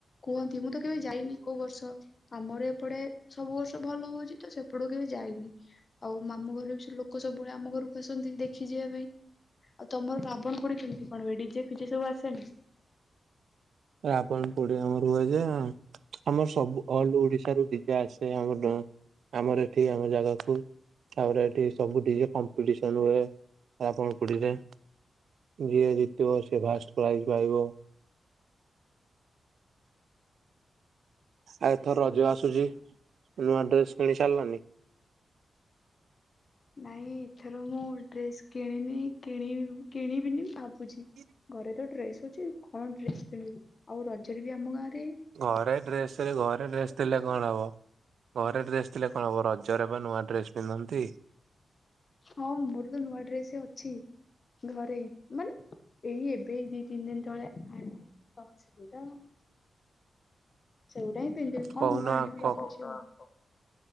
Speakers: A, on the left; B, on the right.
A: କୁହନ୍ତି ମୁଁ ତ କେବେ ଯାଇନି କୋଉ ବର୍ଷ। ତ ଆମର ଏପଟେ ସବୁ ବର୍ଷ ଭଲ ହଉଛି ତ ସେପଟକୁ କେବେ ଯାଇନି। ଆଉ ମାମୁଁ ଘରେ ବି ସେ ଲୋକ ସବୁବେଳେ ଆମ ଘରକୁ ଆସନ୍ତି ଦେଖି ଯିବା ପାଇଁ। ଆଉ ତମର ରାବଣ ପୋଡି କେମତି କଣ ହୁଏ ଡିଜେ ଫିଜେ ସବୁ ଆସେନା।
B: ରାବଣ ପୋଡି ଆମର ହୁଏ ଯେ ଆମର ସବୁ ଅଲ ଓଡିଶ ରୁ ଡିଜେ ଆସେ ଆମ ଆମର ଏଠି ଆମ ଜାଗାକୁ ତାପରେ ଏଠି ସବୁ ଡିଜେ କମ୍ପିଟିସନ ହୁଏ ରାବଣ ପୋଡ଼ି ରେ ଯିଏ ଜିତିବ ସିଏ ଫାଷ୍ଟ ପ୍ରାଇଜ ପାଇବ। ଆଉ ଏଥର ରଜ ଆସୁଛି ନୂଆ ଡ୍ରେସ କିଣି ସାରିଲନି।
A: ନାଇଁ ଏଥର ମୁଁ ଡ୍ରେସ କିଣିନି କିଣିନି କିଣିବିନି ଭାବୁଛି।
B: <inaudible>
A: ଘରେ ତ ଡ୍ରେସ ଅଛି କଣ ଡ୍ରେସ୍ କିଣିବି ଆଉ ରଜରେ ବି ଆମ ଗାଁରେ
B: ଘରେ ଡ୍ରେସ ରେ ଘରେ ଡ୍ରେସ ଥିଲେ କଣ ହବ। ଘରେ ଡ୍ରେସ ଥିଲେ କଣ ହବ ରଜରେ ବା ନୂଆ ଡ୍ରେସ ପିନ୍ଧନ୍ତି।
A: ହଁ ମୋର ତ ନୂଆ ଡ୍ରେସ୍ ଅଛି। ଘରେ ମାନେ ଏଇ ଏବେ ଦି ତିନି ଦିନ ତଳେ <unintelligible> ସେଉଡା ହିଁ ପିନ୍ଧିଦେବି କଣ
B: କହୁନ
A: ନୂଆ ଆଣିବି
B: କ
A: ଭାବୁଛି ଆଉ।